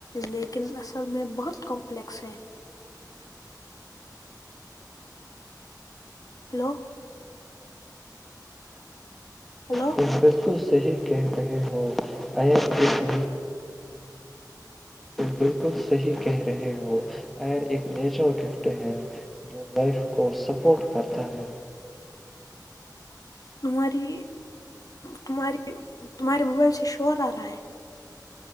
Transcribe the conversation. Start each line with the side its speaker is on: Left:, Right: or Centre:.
Left: لیکن اصل میں بہت کمپلیکس ہے ہلو ہلو
Centre: تم بالکل صحیح کہہ رہے ہو ار ایک بالکل صحیح کہہ رہے ہو ائر ایک نیچرل گفٹ ہے جو لائف کو سپورٹ کرتا ہے
Left: تمہاری تمہاری تمہارے موبائل سے شورا رائے